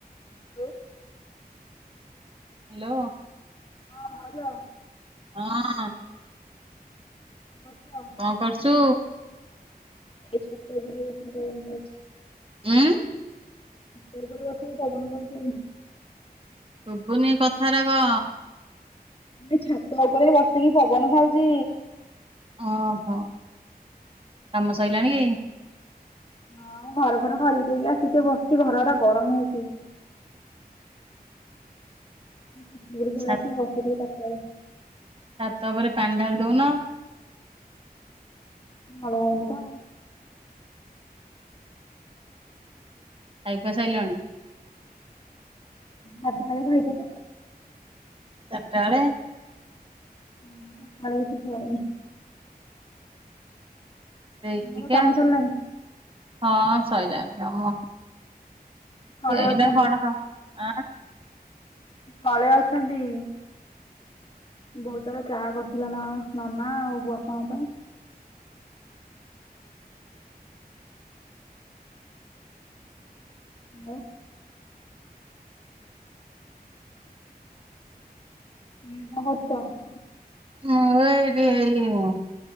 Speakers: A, on the left; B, on the right.
A: <inaudible>
B: Hello
A: ହଁ ଭାଉଜ
B: ହଁ ଆଁ
A: ଗଛ।
B: କଣ କରୁଚୁ?
A: ଏଇ ଛାତ ଉପରେ ବସି ପବନ ଖାଉଚି।
B: ଉଁ।
A: ଛାତ ଉପରେ ଆସିକି ପବନ ଖାଉଛନ୍ତି।
B: ଶୁଭୁନି କଥା ରାକ।
A: ମୁଁ ଟିକେ ଛାତ ଉପରେ ବସିକି ପବନ ଖାଉଛି।
B: ଓହୋ କାମ ସଇଲାଣି?
A: ହଁ ଘର ଫର ଖରିକି ଦେଇକି ଆସିିକି ତ ବସିଛି ଘର ହରା ଗରମ ହୋଉଛି। <unintelligible>
B: ଛା ଛାତ ଉପରେ ପାଣି ଢ଼ାଳିଦଉନ?
A: ନଳ ହେଇନି ତ।
B: ଖାଇ ଖୁଆ ସାଇଲଣି?
A: ହୁଁ ସନ୍ଧ୍ୟା ବେଳେ ଖାଇଥିଲେ।
B: ଚାରିଟା ବେଳେ।
A: ହଁ ସଖାଳେ କିଛିି ଖାଇନି। ତମର
B: ସେଇ ଟିକେ
A: କାମ ସରିଲାଣି?
B: ହଁ ସରିଲାଣି କାମ।
A: ତଳେ
B: ଏଇନା
A: ଅଛନ୍ତି।
B: କଣ କାମ ଆଁ।
A: ତଳେ ଅଛନ୍ତି। ବୋଉ ତାର ଚାହା କରୁଥିଲା ନା କଣ ନନା ଆଉ ବାପାଙ୍କ ପାଇଁ। ମୁଁ। ତମେ କଣ କରୁଚ?
B: ମୁଁ ଏବେ <unintelligible>